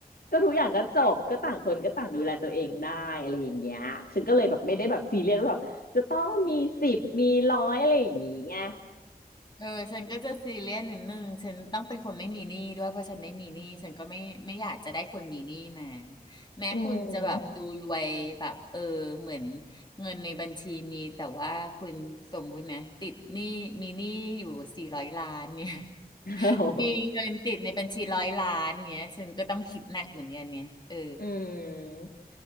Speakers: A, on the left; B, on the left.
A: ก็ทุกอย่างก็จบก็ต่างคนก็ต่างดูแลตัวเองได้อะไรอย่างเงี้ยฉันก็เลยแบบไม่ได้แบบซีเรียสว่าแบบ จะต้องมีสิบมีร้อยอะไรอย่างงี้ไง
B: เออฉันก็จะซีเรียสนิดนึงฉันต้องเป็นคนไม่มีหนี้ด้วยเพราะฉันไม่มีหนี้ฉันก็ไม่ไม่อยากจะได้คนมีหนี้มาแม้คุณจะแบบดูรวยแบบเออเหมือน
A: อืม
B: เงินในบัญชีมีแต่ว่าคุณสมมุตินะติดหนี้มีหนี้อยู่สี่ร้อยล้านเนี่ย <laughs>
A: โอ้โห
B: มีเงินติดในบัญชีร้อยล้านเนี่ยฉันก็ต้องคิดหนักเหมือนกันเนี่ยเออ
A: อืม